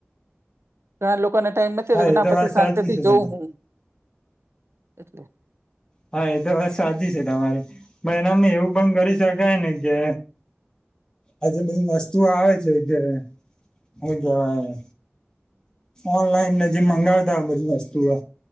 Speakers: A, on the right; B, on the left.
A: ઘણા લોકોને ટાઈમ નથી
B: હા
A: કે ના
B: એ તો
A: પછી
B: વાત
A: શાંતિથી
B: સાચી છે
A: જોઉં
B: તમારી
A: હું એટલે
B: હા એ તો બસ સાચી છે તમારી પણ એનામાં એવું પણ કરી શકાય ને જે આજે બ વસ્તુ આવે છે જે હું કવાય ઓનલાઈન જે મંગાવતા હો બધી વસ્તુઓ